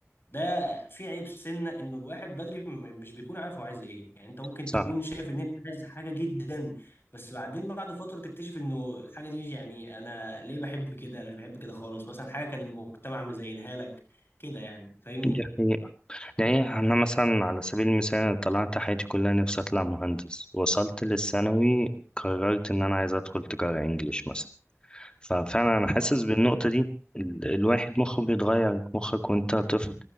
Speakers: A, on the left; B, on the left.
A: ده في عيب سنة انه الواحد بدري م- مش بيكون عارف هو عايز ايه يعني انت ممكن
B: صح
A: تكون شايف ان انت عايز حاجة جدا بس بعدين بعد فترة تكتشف انه الحاجة دي يعني انا ليه بحب كده انا مش بحب كده خالص مثلا حاجة كان المجتمع مزينها لك كده يعني فاهمني
B: دي حقيقة دي حقيقة أنا مثلا على سبيل المثال طلعت حياتي كلها نفسي أطلع مهندس وصلت للثانوي قررت إن أنا عايز أدخل تجارة إنجليش مثلا ففعلا انا حاسس
A: اه
B: بالنقطة دي ال- الواحد مخه بيتغير مخك وانت طفل